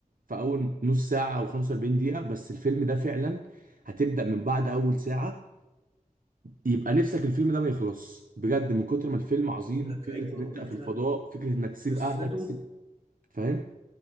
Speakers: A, on the right (about 75°); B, on the right (about 45°).
A: في اول نص ساعه او 45 دقيقه بس الفيلم ده فعلا هتبدا من بعد اول ساعه يبقى نفسك الفيلم ده ما يخلص بجد من كتر ما الفيلم عظيم
B: بقول لك
A: فكره
B: ايوه
A: ان انت
B: وغير
A: في
B: كده
A: الفضاء فكره انك تسيب
B: قصته
A: اهلك تسيب فاهم